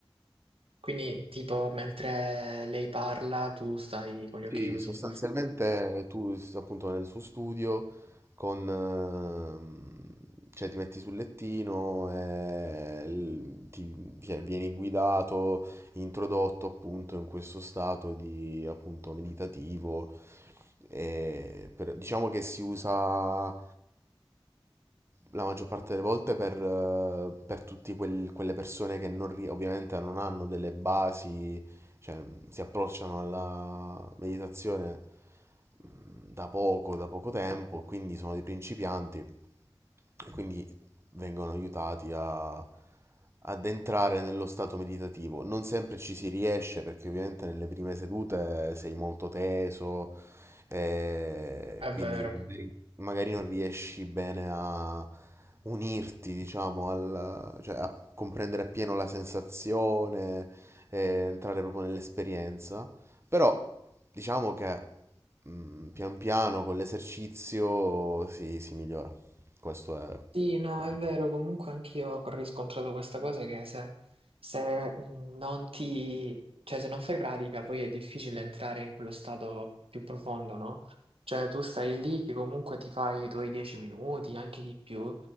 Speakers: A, on the right (about 85°); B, on the right (about 30°).
A: Quindi tipo mentre lei parla tu stai con gli
B: Sì,
A: occhi chiusi.
B: sostanzialmente tu s- appunto nel suo studio con, ehm, cioè ti metti sul lettino e l- ti cioè, vieni guidato, introdotto appunto in questo stato di appunto meditativo. E per- diciamo che si usa la maggior parte delle volte per, eh, per tutte quelle persone che non, ri- ovviamente non hanno delle basi cioè, si approcciano alla meditazione mh, da poco, da poco tempo, quindi sono dei principianti e quindi vengono aiutati a, ad entrare nello stato meditativo. Non sempre ci si riesce perché ovviamente nelle prime sedute sei molto teso, eh,
A: È
B: quindi
A: vero.
B: magari magari non riesci bene a unirti, diciamo, al, cioè a comprendere appieno la sensazione, e entrare proprio nell'esperienza. Però diciamo che mm, pian piano con l'esercizio si, si migliora. Questo è...
A: Sì, no,
B: quello.
A: è vero, comunque anch'io ho riscontrato questa cosa che se, se non ti, cioè se non fai pratica poi è difficile entrare in quello stato più profondo, no? Cioè tu stai lì che comunque ti fai i tuoi dieci minuti, anche di più,